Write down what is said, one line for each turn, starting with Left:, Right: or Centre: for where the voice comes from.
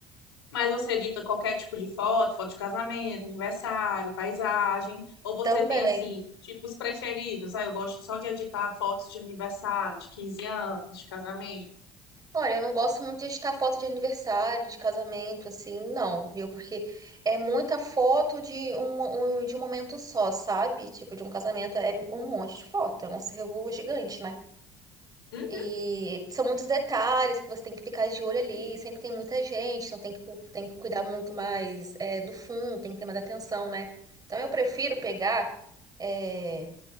Left: Mas você edita qualquer tipo de foto, foto de casamento, aniversário, paisagem, ou você
Right: Também.
Left: tem assim, tipos preferidos? Ah, eu gosto só de editar fotos de aniversário, de 15 anos, de casamento.
Right: Olha, eu não gosto muito de editar foto de aniversário, de casamento, assim, não, viu? Porque é muita foto de um, um- de um momento só, sabe? Tipo, de um casamento é um monte de foto, é um acervo gigante, né?
Left: Uhum.
Right: E são muitos detalhes que você tem que ficar de olho ali. Sempre tem muita gente, então tem que, cu- tem que cuidar muito mais é, do fundo, tem que ter mais atenção, né? Então eu prefiro pegar, é,